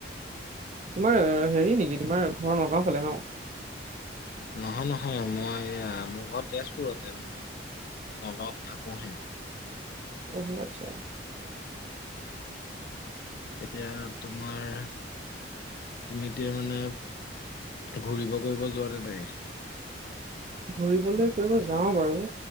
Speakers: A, on the right (about 35°); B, on the left (about 50°).
A: তোমাৰ হেৰি নেকি? তোমাৰ ঘৰ নগাঁও ফালে ন?
B: নহয়, নহয়। মই এইয়া মোৰ ঘৰ তেজপুৰতে। মই নগাঁৱত থাকো হে।
A: অ, আচ্ছা।
B: এতিয়া তোমাৰ তুমি এতিয়া মানে ঘূৰিব কৰিব যোৱা নে নাই?
A: ঘূৰিবলে কৰিব যাও বাৰু।